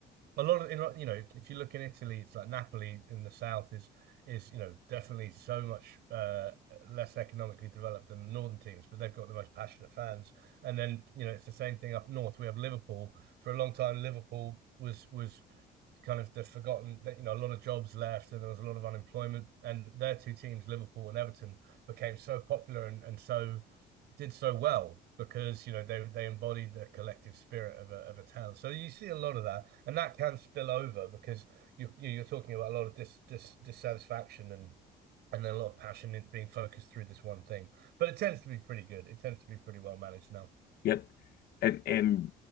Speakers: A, on the right; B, on the left.
A: a lot of, you know, if you look in Italy, it's like Napoli in the south is is, you know, definitely so much uh, less economically developed than the northern teams, but they've got the most passionate fans. And then, you know, it's the same thing up north. We have Liverpool. For a long time, Liverpool was was kind of the forgotten that you know a lot of jobs left and there was a lot of unemployment and their two teams liverpool and everton became so popular and, and so did so well because you know they they embodied the collective spirit of a, of a town so you see a lot of that and that can spill over because you you're talking about a lot of dis, dis dissatisfaction and and then a lot of passion in being focused through this one thing but it tends to be pretty good it tends to be pretty well managed now
B: Yep. And and